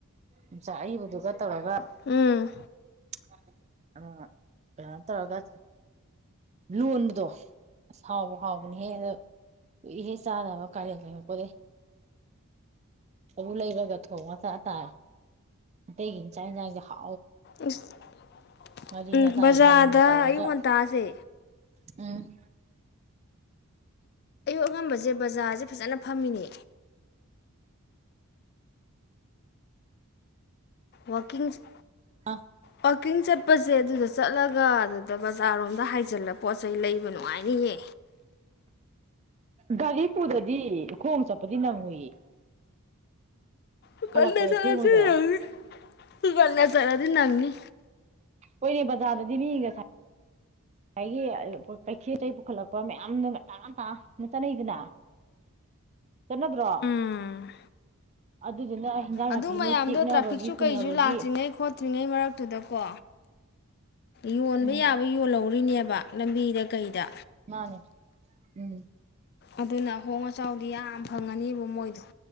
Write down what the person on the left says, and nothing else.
ꯎꯝ
ꯑꯁ <unintelligible>
ꯎꯝ
ꯕꯖꯥꯔꯗ
ꯑꯌꯨꯛ ꯉꯟꯇꯥꯁꯦ
ꯑꯉꯝꯕꯖꯦ ꯕꯖꯥꯔꯖꯦ ꯐꯖꯅ ꯐꯝꯃꯤꯅꯦ ꯋꯥꯀꯤꯡꯁ
ꯄꯀꯤꯡ ꯆꯠꯄꯁꯦ ꯑꯗꯨꯗ ꯆꯠꯂꯒ ꯑꯗꯨꯗ ꯕꯖꯥꯔꯔꯣꯝꯗ ꯍꯥꯏ ꯖꯤꯜꯂ ꯄꯣꯠ ꯆꯩ ꯂꯩꯕ ꯉꯥꯏꯅꯤ ꯍꯦ
ꯉꯟꯅ
ꯆꯠꯂꯗꯤ
ꯅꯪꯅꯤ ꯉꯟꯅ ꯖꯠꯂꯗꯤ ꯅꯪꯅꯤ
ꯎꯝ
ꯑꯗꯨ ꯃꯌꯥꯝꯗꯣ
ꯇ꯭ꯔꯥꯐꯤꯛꯁꯨ
ꯀꯩꯁꯨ ꯂꯥꯛꯇ꯭ꯔꯤꯉꯩ ꯈꯣꯠꯇ꯭ꯔꯤꯉꯩ ꯃꯔꯛꯇꯨꯗꯀꯣ ꯌꯣꯟꯕ
ꯌꯥꯕ ꯌꯣꯜꯍꯧꯔꯤꯅꯦꯕ ꯂꯝꯕꯤꯗ ꯀꯩꯗ
ꯑꯗꯨꯅ ꯑꯍꯣꯡ ꯑꯆꯥꯎꯗꯤ ꯌꯥꯝ ꯐꯪꯉꯅꯤꯕꯨ ꯃꫭꯏꯗꫭ